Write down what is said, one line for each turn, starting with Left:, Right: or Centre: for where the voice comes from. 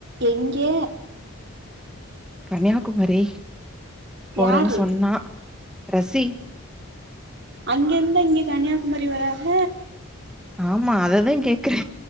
Right: எங்கே
Centre: கன்னியாகுமரி போறேன்னு
Right: யாரு
Centre: சொன்னா ரசி
Right: அங்கேருந்தா இங்க கன்னியாகுமரி வராக
Centre: ஆமா அததா கேக்கற